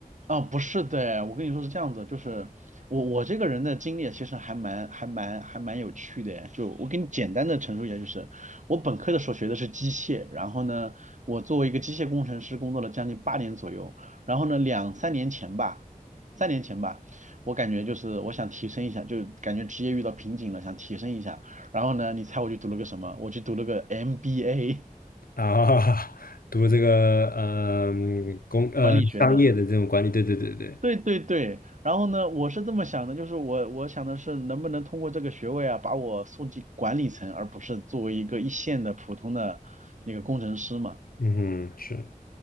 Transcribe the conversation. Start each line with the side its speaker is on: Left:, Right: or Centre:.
Right: 啊，不是的，我跟你说是这样子，就是我我这个人的经历其实还蛮还蛮还蛮有趣的，就我给你简单的陈述一下，就是我本科的时候学的是机械，然后呢，我作为一个机械工程师工作了将近八年左右，然后呢，两三年前吧，三年前吧，我感觉就是我想提升一下，就感觉职业遇到瓶颈了，想提升一下，然后呢，你猜我去读了个什么？我去读了个 MBA
Left: 啊，读这个呃嗯工呃商业的这种管理，
Right: 管理学的。
Left: 对对对对，
Right: 对对对，然后呢，我是这么想的，就是我我想的是能不能通过这个学位啊，把我送进管理层，而不是作为一个一线的普通的那个工程师嘛。
Left: 嗯哼，是。